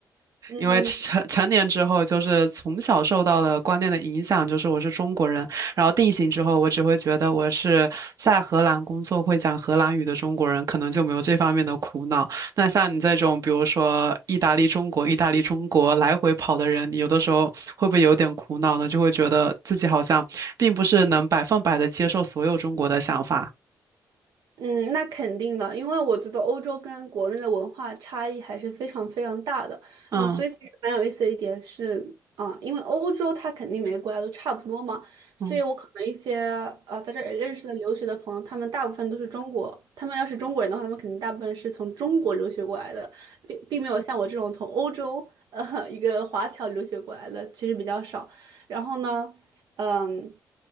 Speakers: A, on the right; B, on the right.
A: 嗯，
B: 因为成成年之后，就是从小受到的观念的影响，就是我是中国人。然后定型之后，我只会觉得我是在荷兰工作会讲荷兰语的中国人，可能就没有这方面的苦恼。那像你这种，比如说意大利、中国、意大利、中国来回跑的人，你有的时候会不会有点苦恼呢？就会觉得自己好像并不是能百分百的接受所有中国的想法。
A: 嗯，那肯定的，因为我觉得欧洲跟国内的文化差异还是非常非常大的。
B: 嗯
A: 嗯、所以其实蛮有意思的一点是，啊、因为欧洲它肯定每个国家都差不多嘛，所以我可能一些
B: 嗯，
A: 呃在这儿认识的留学的朋友，他们大部分都是中国，他们要是中国人的话，他们肯定大部分是从中国留学过来的，并并没有像我这种从欧洲呃一个华侨留学过来的，其实比较少。然后呢？嗯，